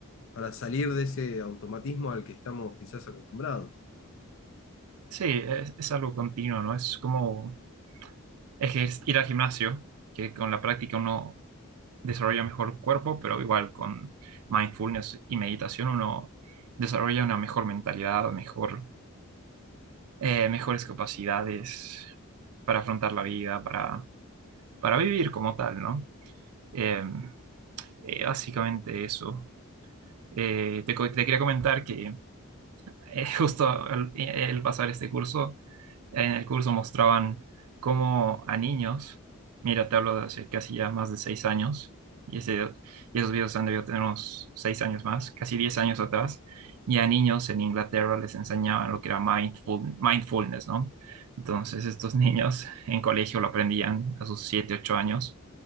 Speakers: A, on the left; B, on the right.
A: para salir de ese automatismo al que estamos quizás acostumbrados.
B: Sí, es, es algo continuo, ¿no? Es como ejer- ir al gimnasio, que con la práctica uno desarrolla mejor el cuerpo, pero igual con mindfulness y meditación uno desarrolla una mejor mentalidad, mejor, eh, mejores capacidades para afrontar la vida, para, para vivir como tal, ¿no? Eh, eh, básicamente eso. Eh, te, co- te quería comentar que eh, <laughs> justo al- el pasar este curso, En el curso mostraban cómo a niños, mira, te hablo de hace casi ya más de seis años, y, ese- y esos videos han debido tener unos seis años más, casi diez años atrás, y a niños en Inglaterra les enseñaban lo que era mindful- mindfulness, ¿no? Entonces estos niños en colegio lo aprendían a sus siete, ocho años,